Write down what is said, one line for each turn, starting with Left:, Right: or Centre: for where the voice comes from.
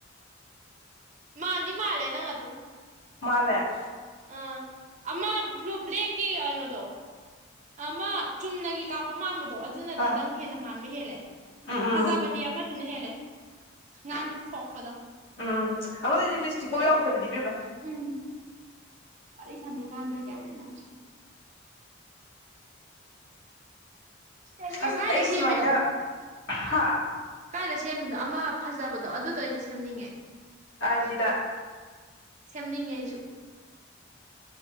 Right: ꯃꯥꯟꯗꯤ ꯃꯥꯟꯂꯦ ꯅꯪ ꯑꯗꯨꯝ
Left: ꯃꯥꯟꯂꯦ
Right: ꯑꯥ ꯑꯃ ꯕ꯭ꯂꯨ ꯕ꯭ꯂꯦꯛꯀꯤ ꯀꯩꯅꯣꯗꯣ ꯑꯃ ꯆꯨꯝꯅꯒꯤ ꯀꯥꯞ ꯄ ꯃꯥꯟꯕꯗꯣ ꯑꯗꯨꯅꯗꯤ
Left: ꯑꯥ
Right: ꯅꯪ ꯍꯦꯟꯅ ꯃꯥꯟꯕ ꯍꯦꯜꯂꯦ
Left: ꯎꯝ
Right: ꯐꯖꯕꯗꯤ
Left: ꯎꯝ
Right: ꯑꯃꯗꯨꯅ ꯍꯦꯜꯂꯦ ꯉꯥꯟ ꯊꯣꯛꯄꯗꫭ
Left: ꯎꯝ ꯑꯃꯗꯨꯗꯤ ꯂꯤꯁꯇꯤꯛꯄꯥꯎ ꯌꯥꯎꯗꯕꯅꯤ ꯏꯕ‌ꯦꯝꯃ
Right: ꯎꯝ ꯋꯔꯤ ꯁꯥꯅꯩ ꯀꯥꯟꯗ ꯒꯤꯋꯟ ꯃ‌ꯦꯟꯅ ꯇꯗꯔ‌ꯦ ꯎꯝ ꯀꯗꯥꯥꯏꯗ
Left: ꯑꯁ ꯑꯩ
Right: ꯁꯦꯝꯃꯤꯅꯣ
Left: ꯁꯨꯃꯥꯏꯅ ꯍꯥ
Right: ꯀꯥꯏꯗ ꯁꯦꯝꯃꯤꯅꯣ ꯑꯃ ꯐꯖꯕꯗꯣ ꯑꯗꯨꯗꯣ ꯑꯩꯁꯨ ꯁꯦꯝꯅꯤꯡꯉꯦ
Left: ꯑꯥꯏꯖꯤꯗ
Right: ꯁꯦꯝꯅꯤꯡꯉꯦ ꯑꯩꯁꯨ